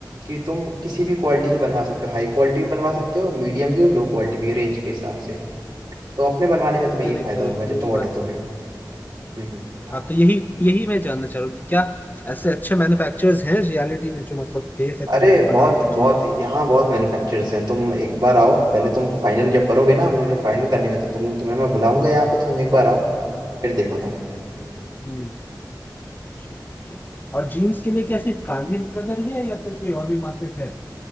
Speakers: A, on the right (about 70°); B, on the left (about 25°).
A: कि तुम किसी भी क्वालिटी के बनवा सकते हो हाई क्वालिटी भी बनवा सकते हो मीडियम भी और लो क्वालिटी भी रेंज के हिसाब से तो अपने बनवाने में तुम्हें
B: करेक्ट
A: ये फायदा
B: करेक्ट
A: होगा जब
B: वही
A: तुम ऑर्डर
B: बात
A: दोगे
B: है
A: हम्म हम्म।
B: हाँ तो यही यही मैं जानना चाह रहा हूँ कि क्या ऐसे अच्छे मैन्युफैक्चरर्स हैं रियलिटी में जो मतलब दे सके
A: अरे
B: मुझे
A: बहुत
B: बना के
A: बहुत
B: जीन्स
A: यहाँ बहुत मैन्युफैक्चरर्स हैं तुम एक बार आओ पहले तुम फाइनल जब करोगे ना हम लोग जब फाइनल कर लेंगे तो तुम तुम्हें मैं बुलाऊंगा
B: हम्म
A: यहाँ पे तुम एक बार आओ फिर देखो तुम
B: हम्म, sure, sure. और जीन्स के लिए कैसे गांधीनगर है या फिर कोई और भी मार्केट है